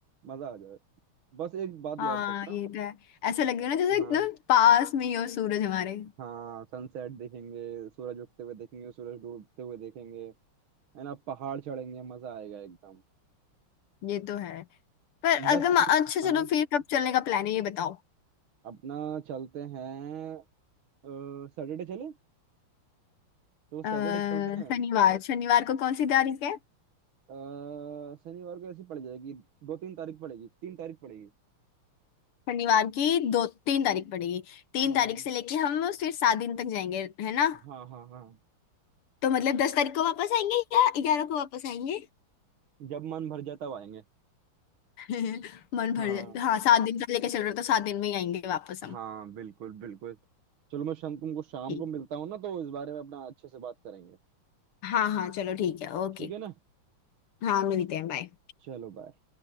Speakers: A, on the right; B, on the left.
A: मजा आ जाए बस एक बात
B: हाँ
A: याद रखना
B: ये तो है ऐसा लगे ना जैसे
A: हाँ
B: एकदम पास में ही हो सूरज हमारे
A: हाँ सनसेट देखेंगे सूरज उगते हुए देखेंगे सूरज डूबते हुए देखेंगे है ना पहाड़ चढ़ेंगे मजा आएगा एकदम
B: ये तो है पर
A: बस
B: अगर मा- अच्छा
A: हाँ
B: चलो फिर कब चलने का प्लान है ये बताओ
A: अपना चलते हैं सैटरडे चले तो सैटरडे
B: अ,
A: चलते हैं
B: शनिवार शनिवार को कौन सी तारीख है
A: अ, शनिवार को ऐसी पड़ जाएगी दो तीन तारीख पड़ेगी तीन तारीख पड़ेगी
B: शनिवार की दो तीन तारीख पड़ेगी तीन
A: हाँ
B: तारीख से लेके हम फिर सात दिन तक जाएंगे है ना
A: हाँ हाँ हाँ
B: तो मतलब दस तारीख को वापस आएंगे या ग्यारह को वापस आएंगे
A: जब मन भर जाए तब आएंगे
B: <laughs> मन भर
A: हाँ
B: जाए हाँ सात दिन तक लेके चल रहे हो तो सात दिन में ही आएंगे वापस हम
A: हाँ बिल्कुल बिल्कुल चलो मैं शाम तुमको शाम
B: ठीक
A: को मिलता हूँ ना तो इस बारे में अपना अच्छे से बात करेंगे
B: हाँ हाँ चलो ठीक है ओके
A: ठीक है ना
B: हाँ मिलते हैं बाय
A: चलो बाय